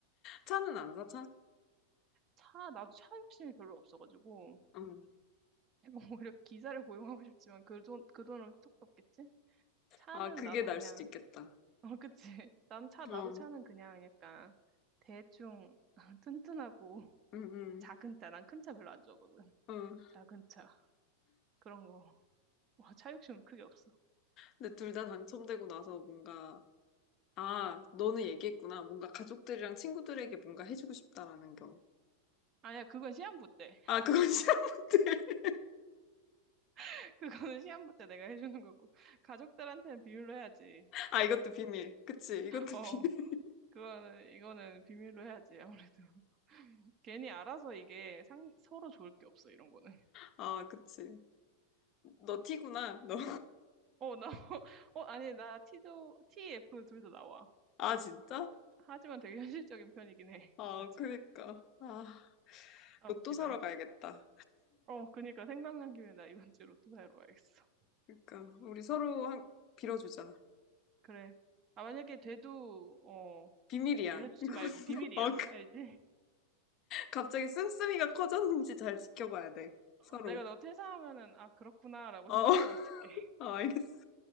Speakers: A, on the left; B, on the right.
A: 차는 안 사, 차?
B: 차 나도 차 욕심이 별로 없어가지고
A: 응.
B: <laughs> 오히려 기사를 고용하고 싶지만 그 돈, 그 돈은 톡 떴겠지? 차는
A: 아, 그게
B: 나도
A: 날
B: 그냥
A: 수도 있겠다.
B: <laughs> 어 그치? 난 차 나도
A: 어,
B: 차는 그냥 약간 대충 <laughs> 튼튼하고
A: 응, 응.
B: 작은 차, 난 큰 차 별로 안 좋아하거든.
A: 어.
B: 작은 차 그런 거. 와, 차 욕심은 크게 없어.
A: 근데 둘 다 당첨되고 나서 뭔가, 아, 너는 얘기했구나. 뭔가 가족들이랑 친구들에게 뭔가 해주고 싶다라는 거.
B: 아니야, 그건 시한부 때.
A: 아, 그건 <laughs> 싫었는데.
B: <laughs> 그거는 시한부 때 내가 해주는 거고 가족들한테는 비밀로 해야지.
A: 아, 이것도 비밀. 그치, 이것도
B: 어,
A: 비밀.
B: 그거는 이거는 비밀로 해야지 아무래도. 괜히 알아서 이게 상, 서로 좋을 게 없어 이런 거는.
A: 아, 그치. 너 티구나, 너.
B: 어, 나, <laughs> 어, 아니 나 T도 TF 둘도 나와.
A: 아, 진짜?
B: 하지만 되게 현실적인 편이긴 해.
A: 아,
B: <laughs> 맞아.
A: 그니까. 아,
B: 아,
A: 로또
B: 웃기다.
A: 사러 가야겠다.
B: 어, 그니까 생각난 김에 나 이번 주에 로또 사러 와야겠어.
A: 그니까, 우리 서로 한, 빌어주자.
B: 그래. 아, 만약에 돼도, 어,
A: 비밀이야.
B: 알려주지
A: 이건,
B: 말고 비밀이야.
A: <laughs> 어,
B: 알지?
A: 갑자기 씀씀이가 커졌는지 잘 지켜봐야 돼.
B: 어,
A: 서로.
B: 내가 너 퇴사하면은, 아, 그렇구나라고
A: 어,
B: 생각하고 있을게.
A: <laughs> 어, 알겠어.